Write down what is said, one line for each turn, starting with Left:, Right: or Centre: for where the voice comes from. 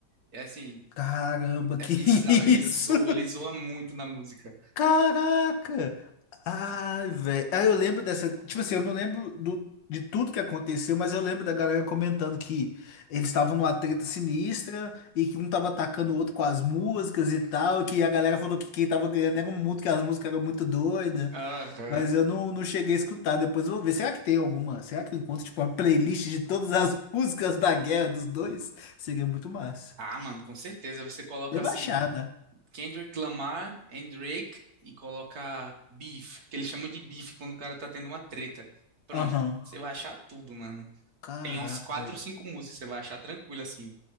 Right: É assim,
Left: Caramba,
Right: é
Left: que
Right: bizarro.
Left: <laughs>
Right: Ele
Left: isso?
Right: zoa, ele zoa muito na música.
Left: Caraca! Ai, velho. Ah, eu lembro dessa. Tipo assim, eu não lembro do, de tudo que aconteceu, mas eu lembro da galera comentando que eles estavam numa treta sinistra e que um tava atacando o outro com as músicas e tal. Que a galera falou que quem tava ganhando era o mundo, que as músicas eram muito doidas.
Right: Aham.
Left: Mas eu não, não cheguei a escutar. Depois eu vou ver. Será que tem alguma? Será que eu encontro, tipo, uma playlist de todas as <laughs> músicas da guerra dos dois? Seria muito massa.
Right: Ah, mano, com certeza. Você coloca
Left: Deve
Right: assim,
Left: achar, né?
Right: Kendrick Lamar and Drake e coloca beef, que eles chamam de beef quando o cara tá tendo uma treta. Pronto,
Left: Aham.
Right: você vai achar tudo, mano.
Left: Caraca,
Right: Tem umas quatro
Left: velho.
Right: ou cinco músicas, você vai achar tranquilo assim,